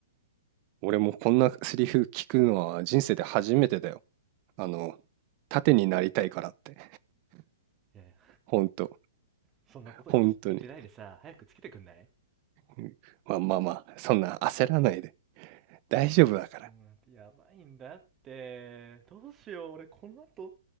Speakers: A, on the right (about 40°); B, on the right (about 25°).
A: 俺もこんなセリフ聞くのは人生で初めてだよ。あの、縦になりたいからって、
B: いやいや
A: 本当、
B: そんなこと言って言ってないでさ早くつけてくんない
A: 本当に。うんまあまあまあ、そんな焦らないで。大丈夫だから。
B: うん、やばいんだって。どうしよう、俺この後、